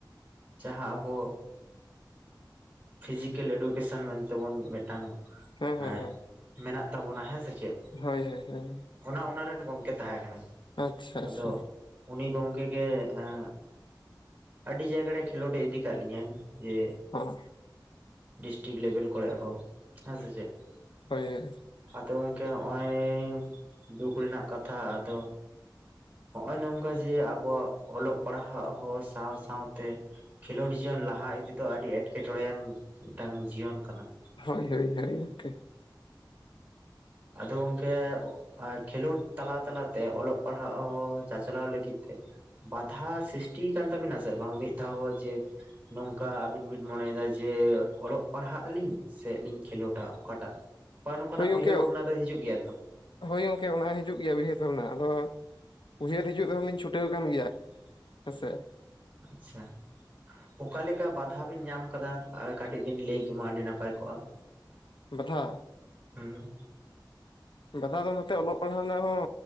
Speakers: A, on the right; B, on the left.
A: ᱡᱟᱦᱟᱸ ᱟᱵᱚ ᱯᱷᱤᱡᱤᱠᱮᱞ ᱮᱰᱩᱠᱮᱥᱚᱱ ᱢᱮᱱᱛᱮ ᱵᱚᱱ ᱢᱤᱫᱴᱟᱝ
B: ᱦᱮᱸ ᱦᱮᱸ
A: ᱮᱸᱜ
B: ᱦᱮᱸ
A: ᱢᱮᱱᱟᱜ ᱛᱟᱵᱚᱱᱟ ᱦᱮᱸᱥᱮ ᱪᱮᱜ ᱾
B: ᱦᱳᱭ ᱦᱳᱭ ᱦᱳᱭ ᱾
A: ᱚᱱᱟ ᱚᱱᱟᱨᱮᱱ ᱜᱚᱝᱠᱮ ᱛᱟᱦᱮᱸ ᱠᱟᱱᱟᱭ
B: ᱟᱪᱪᱷᱟ ᱟᱪᱪᱷᱟ
A: ᱟᱫᱚ ᱩᱱᱤ ᱜᱚᱝᱠᱮ ᱜᱮ ᱮᱸᱜ ᱟᱹᱰᱤ ᱡᱟᱭᱜᱟ ᱨᱮ ᱠᱷᱮᱞᱳᱰᱮ ᱤᱫᱤ ᱠᱟᱜ ᱞᱤᱧᱟ ᱡᱮ
B: ᱦᱚᱸ
A: ᱰᱤᱥᱴᱤᱠ ᱞᱮᱵᱮᱞ ᱠᱚᱨᱮ ᱦᱚᱸ ᱦᱮᱸ ᱥᱮ ᱪᱮᱜ ᱾
B: ᱦᱳᱭ ᱦᱳᱭ
A: ᱟᱫᱚ ᱜᱚᱝᱠᱮ ᱦᱚᱜᱼᱚᱭ ᱫᱩᱠ ᱨᱮᱱᱟᱜ ᱠᱟᱛᱷᱟ ᱟᱫᱚ ᱦᱚᱜᱼᱚᱭ ᱱᱚᱝᱠᱟ ᱡᱮ ᱟᱵᱚᱣᱟᱜ ᱚᱞᱚᱜ ᱯᱟᱲᱦᱟᱜ ᱦᱚᱸ ᱥᱟᱶ ᱥᱟᱶᱛᱮ ᱠᱷᱮᱞᱳᱰ ᱡᱤᱭᱚᱱ ᱞᱟᱦᱟ ᱤᱫᱤ ᱫᱚ ᱟᱹᱰᱤ ᱮᱸᱴᱠᱮᱴᱚᱬᱮᱭᱟᱱ ᱢᱤᱫᱴᱟᱝ ᱡᱤᱭᱚᱱ ᱠᱟᱱᱟ ᱾
B: ᱦᱳᱭ ᱦᱳᱭ ᱦᱳᱭ ᱜᱚᱝᱠᱮ ᱾
A: ᱟᱫᱚ ᱜᱚᱝᱠᱮ ᱠᱷᱮᱞᱳᱰ ᱛᱟᱞᱟ ᱛᱟᱞᱟᱛᱮ ᱚᱞᱚᱜ ᱯᱟᱲᱦᱟᱜ ᱦᱚᱸ ᱪᱟᱪᱞᱟᱣ ᱞᱟᱹᱜᱤᱫ ᱛᱮ ᱾ ᱵᱟᱫᱷᱟ ᱥᱤᱥᱴᱤᱭ ᱠᱟᱱ ᱛᱟᱵᱮᱱᱟ ᱥᱮ ᱵᱟᱝ ᱢᱤᱫ ᱫᱷᱟᱣ ᱦᱚᱸ ᱡᱮ ᱱᱚᱝᱠᱟ ᱟᱹᱵᱤᱱ ᱵᱤᱱ ᱢᱚᱱᱮᱭ ᱮᱫᱟ ᱡᱮ ᱚᱞᱚᱜ ᱯᱟᱲᱦᱟᱜ ᱟᱹᱞᱤᱧ ᱾ ᱥᱮᱜ ᱞᱤᱧ ᱠᱷᱮᱞᱳᱰᱟ ᱚᱠᱟᱴᱟᱜ ᱱᱚᱜᱼᱚᱭ ᱱᱚᱠᱟᱱᱟᱜ
B: ᱦᱳᱭ ᱜᱚᱝᱠᱮ
A: ᱩᱭᱦᱟᱹᱨ ᱵᱷᱟᱵᱱᱟ ᱫᱚ ᱦᱤᱡᱩᱜ ᱜᱮᱭᱟ ᱛᱚ ᱾
B: ᱦᱳᱭ ᱜᱚᱝᱠᱮ ᱚᱱᱟ ᱦᱤᱡᱩᱜ ᱜᱮᱭᱟ ᱩᱭᱦᱟᱹᱨ ᱵᱷᱟᱵᱱᱟ ᱟᱫᱚ ᱩᱭᱦᱟᱹᱨ ᱦᱤᱡᱩᱜ ᱨᱮᱦᱚᱸ ᱞᱤᱧ ᱪᱷᱩᱴᱟᱹᱣ ᱠᱟᱱ ᱜᱮᱭᱟ ᱦᱮᱸᱥᱮ ᱾
A: ᱟᱪᱪᱷᱟ ᱚᱠᱟ ᱞᱮᱠᱟ ᱵᱟᱫᱷᱟ ᱵᱤᱱ ᱧᱟᱢ ᱠᱟᱫᱟ ᱠᱟᱹᱴᱤᱡ ᱵᱤᱱ ᱞᱟᱹᱭ ᱠᱮᱢᱟ ᱟᱹᱰᱤ ᱱᱟᱯᱟᱭ ᱠᱚᱜᱼᱟ ᱾
B: ᱵᱟᱫᱷᱟ
A: ᱦᱩᱸ
B: ᱵᱟᱫᱷᱟ ᱫᱚ ᱱᱚᱛᱮ ᱚᱞᱚᱜ ᱯᱟᱲᱦᱟᱣ ᱨᱮᱱᱟᱜ ᱦᱚᱸ